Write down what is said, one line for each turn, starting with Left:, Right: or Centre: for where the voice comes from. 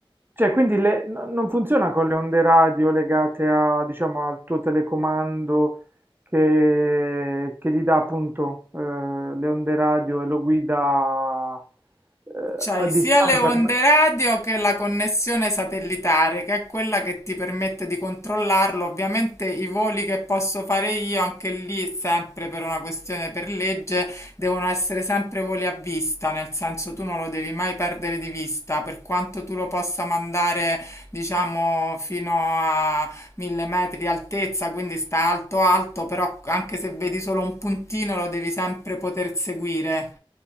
Right: Cioè, quindi le- no- non funziona con le onde radio legate a, diciamo, al tuo telecomando che, che gli dà appunto eh, le onde radio e lo guida eh,
Left: C'hai
Right: a distanza.
Left: sia le onde
Right: come-
Left: radio che la connessione satellitare, che è quella che ti permette di controllarlo. Ovviamente i voli che posso fare io, anche lì, sempre per una questione per legge, devono essere sempre voli a vista, nel senso tu non lo devi mai perdere di vista, per quanto tu lo possa mandare, diciamo, fino a mille metri di altezza, quindi sta alto alto, però anche se vedi solo un puntino lo devi sempre poter seguire,